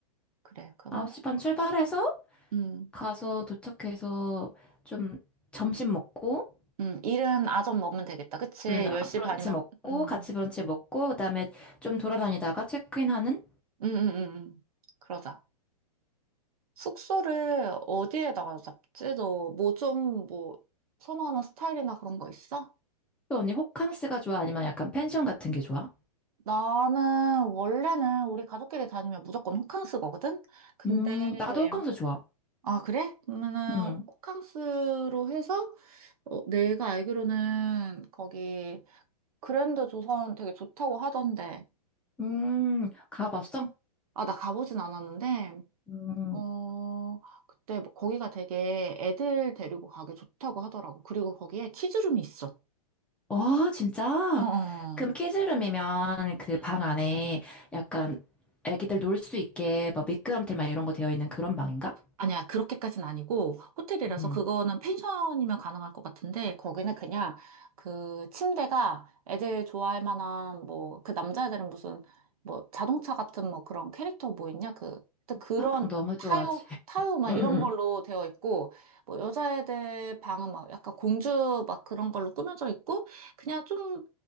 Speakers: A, on the right; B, in the centre.
A: 그래, 그러면은.
B: 9시 반 출발해서
A: 음,
B: 가서 도착해서 좀 점심 먹고
A: 음, 일은 아점 먹으면 되겠다. 그치?
B: 음, 아,
A: 10시
B: 브런치
A: 반이면,
B: 먹고,
A: 음,
B: 같이 브런치 먹고, 그다음에 좀 돌아다니다가 체크인 하는?
A: 음, 음, 음. 음. 그러자. 숙소를 어디에다가 잡지? 너 뭐 좀 뭐 선호하는 스타일이나 그런 거 있어?
B: 또 언니 호캉스가 좋아? 아니면 약간 펜션 같은 게 좋아?
A: 나는 원래는 우리 가족끼리 다니면 무조건 호캉스 거거든? 근데,
B: 음, 나도 호캉스 좋아.
A: 아, 그래? 그러면은
B: 음,
A: 호캉스로 해서 어, 내가 알기로는 거기 그랜드 조선 되게 좋다고 하던데.
B: 음, 가봤어?
A: 아, 나 가보진 않았는데,
B: 음,
A: 어, 그때 뭐 거기가 되게 애들 데리고 가기 좋다고 하더라고. 그리고 거기에 키즈룸이 있어.
B: 어, 진짜?
A: 어어.
B: 그럼 키즈룸이면 그
A: 음.
B: 방 안에 약간 애기들 놀 수 있게 뭐 미끄럼틀 막 이런 거 되어 있는 그런 방인가?
A: 아니야, 그렇게까지는 아니고, 호텔이라서
B: 음,
A: 그거는 펜션이면 가능할 것 같은데, 거기는 그냥 그 침대가 애들 좋아할 만한, 뭐, 그 남자애들은 무슨, 뭐, 자동차 같은 뭐 그런 캐릭터 뭐 있냐? 그, 또 그런
B: 아, 방 너무
A: 뭐
B: 좋아하지.
A: 타요, 타요
B: <laughs>
A: 막
B: 음,
A: 이런
B: 음,
A: 걸로
B: 음.
A: 되어 있고, 뭐 여자애들 방은 막 약간 공주 막 그런 걸로 꾸며져 있고, 그냥 좀,